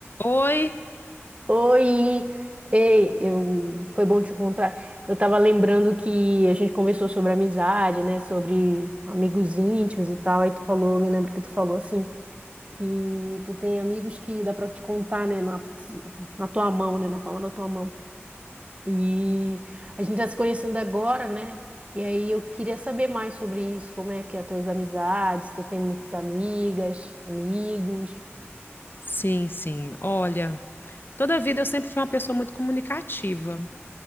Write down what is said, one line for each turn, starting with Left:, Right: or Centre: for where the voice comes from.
Left: Oi?
Right: Oi! Ei, eu... foi bom te encontrar. Eu tava lembrando que a gente conversou sobre amizade, né? Sobre amigos íntimos e tal. Aí tu falou, me lembro que tu falou assim, que tu tem amigos que dá pra te contar, né? Na, na tua mão, né? Na palma da tua mão. E a gente tá se conhecendo agora, né? E aí eu queria saber mais sobre isso, como é que é as tuas amizades, se tu tem muitas amigas, amigos.
Left: Sim, sim. Olha, toda a vida eu sempre fui uma pessoa muito comunicativa.